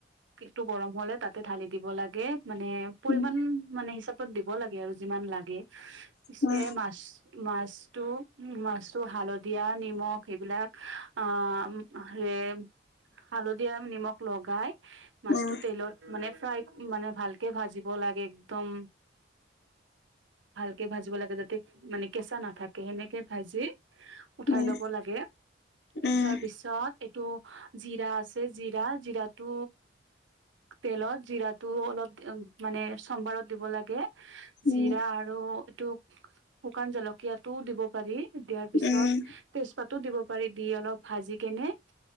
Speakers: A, on the right; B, on the left.
A: কিটো গৰম হ'লে তাতে ঢালি দিব লাগে। মানে, পৰিমান
B: উম
A: মানে হিচাপত দিব লাগে আৰু যিমান লাগে। পিছে
B: উম
A: মাছটো মাছটো ওঁ মাছ হালধীয়া, নিমখ সেইবিলাক আ হে হালধী আৰু নিমখ লগাই
B: উম
A: মাছটো তেলত মানে ফ্ৰাই, মানে ভালকে ভাজিব লাগে। একদম ভালকে ভাজিব লাগে যাতে মানে কেঁচা নাথাকে। সেনেকে ভাজি- উঠাই
B: উম
A: ল'ব লাগে।
B: উম
A: তাৰপিছত এইটো জিৰা আছে জিৰা, জিৰাটো তেলত জিৰাটো অলপ মানে চম্বাৰত দিব লাগে।
B: উম
A: জিৰা আৰু এইটো, শুকান জলকীয়াটোও দিব পাৰি। দিয়াৰ পিছত
B: উম
A: তেজপাত টো দিব পাৰি। দি অলপ ভাজি কেনে